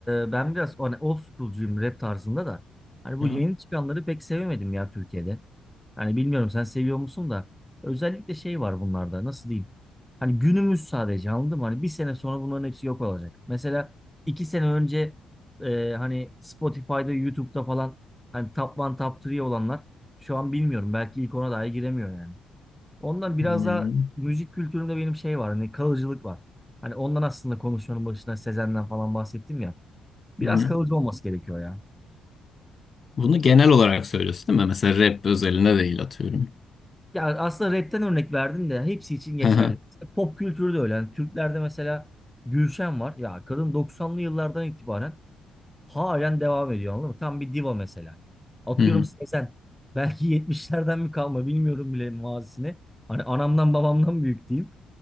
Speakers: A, in the centre; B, on the left.
A: e, ben biraz hani old school'cuyum rap tarzında da. Hani bu
B: Ya.
A: yeni çıkanları pek sevemedim ya Türkiye'de. Hani bilmiyorum sen seviyor musun da. Özellikle şey var bunlarda nasıl diyeyim. Hani günümüz sadece anladın mı? Hani bir sene sonra bunların hepsi yok olacak. Mesela iki sene önce e, hani Spotify'da, YouTube'da falan hani top 1, top 3 olanlar şu an bilmiyorum. Belki ilk ona dahi giremiyor yani. Ondan biraz
B: Hmm.
A: daha müzik kültüründe benim şey var. Hani kalıcılık var. Hani ondan aslında konuşmanın başına Sezen'den falan bahsettim ya. Biraz
B: Hı hı.
A: kalıcı olması gerekiyor ya.
B: Bunu genel olarak söylüyorsun değil mi? Mesela rap özelinde değil atıyorum.
A: Ya aslında rapten örnek verdin de hepsi için geçerli.
B: <laughs> Hı hı.
A: İşte Pop kültürü de öyle. Yani Türklerde mesela Gülşen var. Ya kadın 90'lı yıllardan itibaren halen devam ediyor anladın mı? Tam bir diva mesela. Atıyorum
B: Hı
A: Sezen. Belki 70'lerden mi kalma bilmiyorum bile mazisini. Hani anamdan babamdan büyük diyeyim.